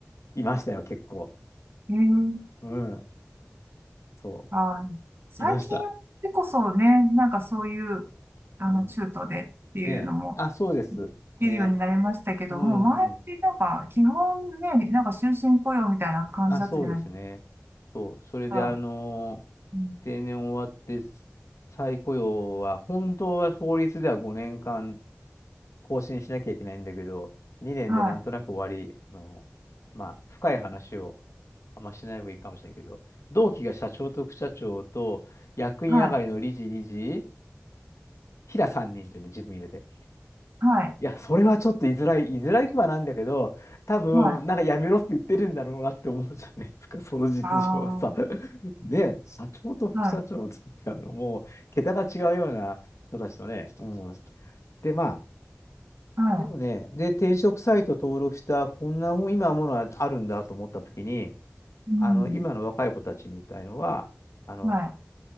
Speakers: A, on the left; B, on the right.
A: いましたよ、結構。
B: い。えー、
A: うん。そ
B: あー、最近でこそね、
A: う。いました。
B: なんかそういう、あの、
A: うん。
B: 中東でっていうのも、
A: ねえ。あ、そうです。ね。
B: いるようになりましたけども、
A: うん、
B: 前ってなんか、
A: うん。
B: 基本ね、なんか終身雇用みたいな感じだったじゃないです
A: あ、そうですね。そう。それで、
B: か。
A: あのー
B: うん、
A: 定年終わって、再雇用は、本当は法律では5年間更新しなきゃいけないんだけど、2年でなんとなく終わり、
B: はい、
A: あのーまあ、深い話をあんましない方がいいかもしれないけど、同期が社長と副社長と、役員上がりの理事、
B: はい、
A: 理事、平3人というね、自分入れて。
B: はい、
A: いや、それはちょっと居づらい、居づらいくはなんだけど、多分、
B: はい、
A: なんかやめろって言ってるんだろうなって思うじゃないですか、その実情はさ。
B: ああ、は
A: <laughs> で、社長と副社長ってあの、
B: い、
A: もう、桁が違うような人たちとね。うん。で、まあ、
B: は
A: でもね、で、転職サイト登録した、こんな本今ものはあるんだと思ったときに、
B: い、うん、
A: あの、今の若い子たちに言いたいのは、あの、
B: はい、